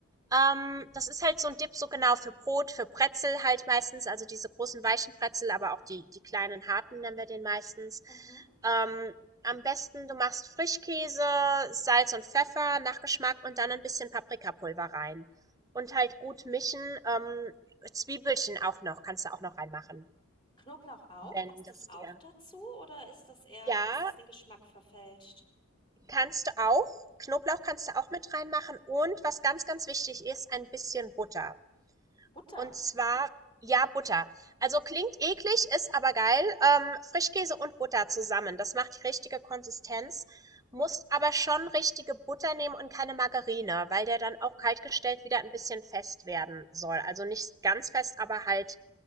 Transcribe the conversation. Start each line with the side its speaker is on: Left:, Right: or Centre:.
Right: Ähm, das ist halt so ein Dip, so genau für Brot, für Brezel halt meistens, also diese großen weichen Brezel, aber auch die, die kleinen harten nennen wir den meistens.
Left: Mhm.
Right: Ähm, am besten, du machst Frischkäse, Salz und Pfeffer nach Geschmack und dann ein bisschen Paprikapulver rein. Und halt gut mischen. Ähm, Zwiebelchen auch noch, kannst du auch noch reinmachen.
Left: Knoblauch auch?
Right: Wenn
Left: Passt
Right: das
Left: das auch
Right: dir
Left: dazu oder ist das eher,
Right: ja,
Left: dass es den Geschmack verfälscht?
Right: kannst du auch. Knoblauch kannst du auch mit reinmachen und was ganz, ganz wichtig ist, ein bisschen Butter.
Left: Butter.
Right: Und zwar, ja, Butter. Also klingt eklig, ist aber geil. Ähm, Frischkäse und Butter zusammen. Das macht die richtige Konsistenz. Musst aber schon richtige Butter nehmen und keine Margarine, weil der dann auch kaltgestellt wieder ein bisschen fest werden soll. Also nicht ganz fest, aber halt